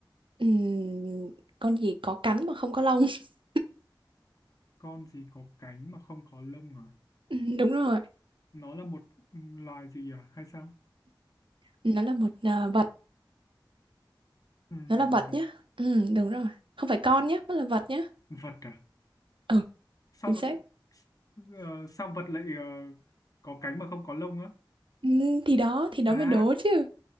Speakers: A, on the right (about 85°); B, on the left (about 45°).
A: ừm, con gì có cánh mà không có lông? <laughs>
B: con gì có cánh mà không có lông à
A: Ừm, đúng rồi,
B: nó là một loài gì à hay sao
A: nó là một à, vật,
B: ừ, một
A: nó là vật
B: vật
A: nhá. Ừm, đúng rồi, không phải con nhá, nó là vật nhá.
B: vật à
A: Ừ,
B: sao
A: chính xác.
B: ờ, sao vật lại ờ, có cánh mà không có lông á
A: Ừm, thì đó, thì đó
B: à
A: mới đố chứ.